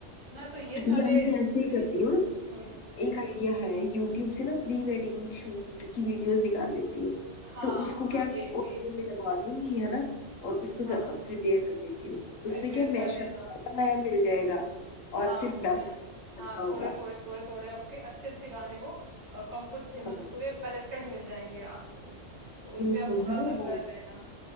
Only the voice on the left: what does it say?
या मैं
ऐसे ही करती हूँ
एक आइडिया है यूट्यूब से ना प्री वेडिंग शूट की वीडियोस निकाल लेती हूँ
तो उसको
क्या
ऑडियो
में लगवा दूंगी है ना और उस पे
प्रिपेयर कर लेती हूँ उसपे
क्या मैशअप
बनाना नया मिल जाएगा
और सिर्फ
डांस
करना होगा
हाँ
बिल्कुल
है ना
वो